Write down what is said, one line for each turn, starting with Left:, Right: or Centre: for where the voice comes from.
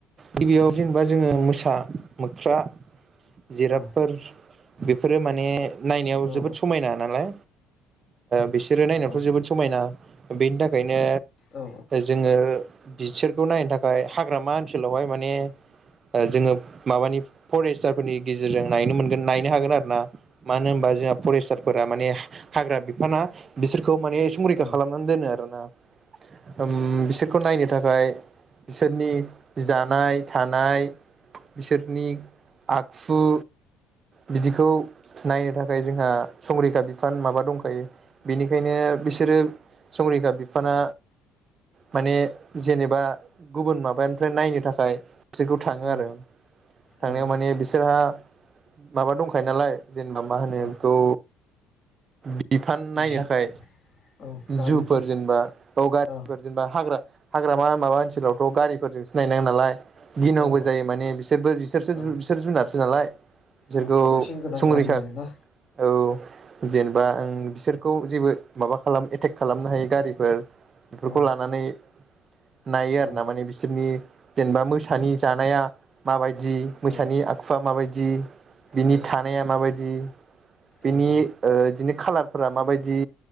Right: गिबियाव जेनेबा जोङो मोसा मोख्रा जिराबफोर
Left: औ
Right: बेफोरो माने नायनायाव
Left: औ
Right: जोबोद समायना नालाय बिसोरो नायनायावथ'
Left: औ
Right: जोबोद समायना बेनि थाखाय नो
Left: औ
Right: जोंङो बिसोरखौ नायनो थाखाय हाग्रामा ओनसोलावहाय माने जोङो माबानि फरेस्टारफोरनि गेजेरजों नायनो मोनगोन नायनो हागोन आरो ना मानो होनबा जोंहा फरेस्टारफोरा माने हाग्रा बिफाना बिसोर खौ माने संरैखा
Left: औ
Right: खालामनानै दोनो आरो ना। ओम बिसोरखौ नायनो थाखाय बिसोरनि जानाय थानाय बिसोरनि आखु बिदिखौ नायो थाखाय जोंहा संरिखा बिफान माबा दंखायो। बिनिखायनो बिसोरो संरिखा बि बिफाना माने जेनेबा गुबुन माबानिफ्राय नायनो थाखाय बिसोरखौ थाङो
Left: औ
Right: आरो थांनायाव
Left: औ
Right: माने बिसोरहा माबा दंखायो नालाय जेनेबा मा होनो
Left: औ
Right: बेखौ बिफान नायनो
Left: जिब
Right: थाखाय
Left: औ गारिफोर
Right: जुफोर जेनेबा ब गारिफोर
Left: औ
Right: जेनेबा हाग्रा हाग्रामा माबा ओनसोलावथ' गारिफोरजोंसो नायनांगोन नालाय गिनांगौ
Left: औ
Right: जायो माने बिसोरबो बिसोरसो
Left: औ
Right: बिसोर जुनारसो नालाय। बिसोरखौ
Left: औ प्रटेकसन गोनां
Right: संरैखा
Left: गारि आरोना
Right: औ। जेनेबा ओं बिसोरखौ जेबो माबा खालाम एटेक खालामनो हायो गारिफोर बेफोरखौ
Left: औ
Right: लानानै नायो
Left: औ
Right: आरो ना माने बिसोरनि जेनेबा मोसानि जानाया माबाय यदि मैसानि
Left: औ
Right: आखुआ माबायदि बिनि
Left: औ
Right: थानाया मा माबायदि बिनि
Left: औ औ
Right: बिदिनो खाालार फोर माबायदि